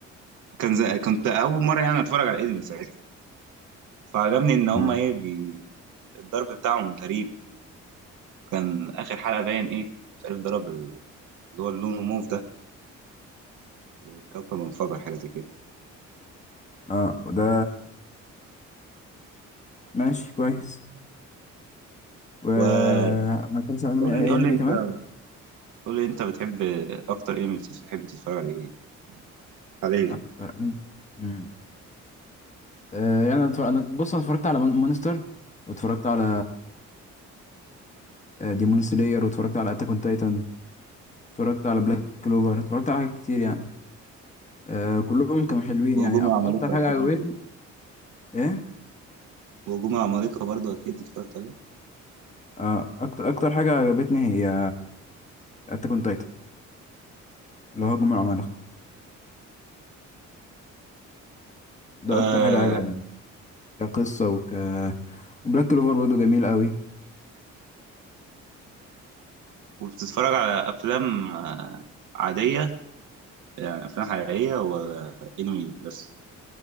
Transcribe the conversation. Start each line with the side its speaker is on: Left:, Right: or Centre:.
Right: كان زي... كنت أول مرة يعني أتفرج على الأنمي ساعتها فعجبني إن هما
Left: مم.
Right: إيه بي... الضرب بتاعهم غريب كان آخر حلقة باين إيه مش عارف ضرب ال- اللي هو اللون موف ده الكوكب انفجر حاجة زي كده
Left: اه وده ماشي كويس و
Right: وقول
Left: ما اتفرجتش على انمي
Right: لي
Left: اي أي
Right: قول
Left: انمي
Right: لي أنت
Left: كمان
Right: قول لي أنت بتحب أكتر أنمي بتحب تتفرج على إيه حاليا
Left: اكتر مم. آه يعني أنا اتفرج... انا بص انا اتفرجت على مونستر واتفرجت على آه، ديمون سلاير واتفرجت على اتاك اون تايتن اتفرجت على بلاك كلوفر اتفرجت على حاجات كتير يعني آه كلهم كانوا حلوين
Right: وهجوم
Left: يعني أك...
Right: العمالقة
Left: اكتر حاجة
Right: أكيد
Left: عجبتني ايه
Right: وهجوم العمالقة برضه أكيد اتفرجت عليه
Left: آه، اكتر اكتر حاجه عجبتني هي اتاك اون تايتن اللي هو هجوم العمالقه
Right: مم.
Left: ده
Right: آه
Left: اكتر حاجه عجبني كقصه وك وبلاك كلوفر برضه جميل قوي
Right: وبتتفرج على أفلام آه عادية يعني أفلام حقيقية ولا أنمي بس